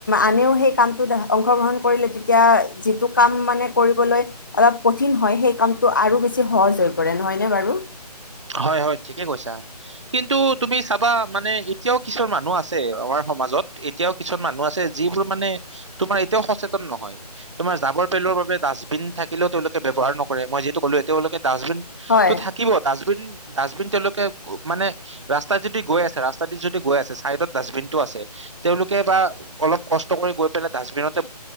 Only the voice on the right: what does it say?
হয় হয় ঠিকে কৈছা কিন্তু তুমি চাবা মানে এতিয়াও কিছুমান মানুহ আছে। আমাৰ সমাজত এতিয়াও কিছুমান মানুহ আছে যিবোৰ মানে তোমাৰ এতিয়াও সচেতন নহয় তোমাৰ জাবৰ পেলৰ বাবে ডাষ্টবিন থাকিলেও তেওঁলোকে ব্যৱহাৰ নকৰে মই যিটো ক'লো এ তেওঁলোকে। ডাষ্টবিনতটো
থাকিব ডাষ্টবি। ডাষ্টবিন তেওঁলোকে মানে ৰাস্তাত যদি গৈ আছে, ৰাস্তা দি যদি গৈ আছে, চাইদত ডাষ্টবিনটো আছে তেওঁলোকে বা অলপ কষ্ট কৰি গৈ পেলাই ডাষ্টবিনতে